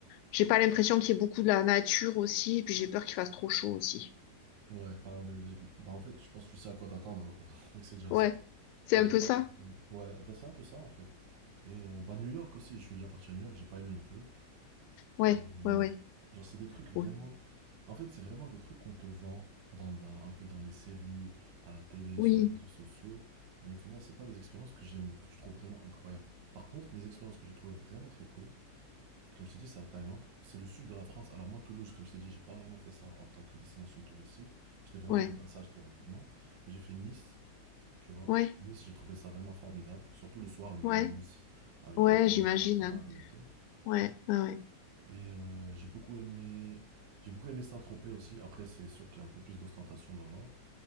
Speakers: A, on the left; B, on the right.
A: j'ai pas l'impression qu'il y ait beaucoup de la nature aussi. Et puis j'ai peur qu'il fasse trop chaud aussi.
B: Ouais, bah, euh, bah, en fait, je pense que tu sais à quoi t'attendre. <laughs> Donc, c'est déjà
A: Ouais,
B: ça.
A: c'est
B: Ok.
A: un peu ça.
B: Ouais, bah, c'est un peu ça, en fait. Et euh, bah, New York aussi, je suis déjà parti à New York, j'ai pas aimé non plus.
A: Ouais,
B: Hem,
A: ouais, ouais,
B: genre, c'est des trucs vraiment
A: ouais.
B: en fait, c'est vraiment des trucs qu'on te vend dans dans un peu dans les séries, à la télé,
A: Oui,
B: sur les réseaux sociaux, mais au final, c'est pas des expériences que j'aime que je trouve vraiment incroyables. Par contre, les expériences que j'ai trouvées vraiment très cool, comme je t'ai dit, c'est la Thaïlande, c'est le sud de la France. Alors moi, Toulouse, comme je t'ai dit, j'ai pas vraiment fait ça en tant que destination touristique. J'étais vraiment
A: ouais,
B: de Mhm. passage très rapidement, mais j'ai fait Nice, tu vois?
A: ouais,
B: Nice, j'ai trouvé ça vraiment formidable, surtout le soir, le vieux
A: ouais,
B: Nice, avec
A: ouais.
B: les gens
A: J'imagine.
B: qui dansent dans
A: hein.
B: la rue et tout.
A: Ouais, ouais, ouais.
B: Et euh, j'ai beaucoup aimé, j'ai beaucoup aimé Saint-Tropez aussi. Après, c'est sûr qu'il y a un peu plus d'ostentation là-bas.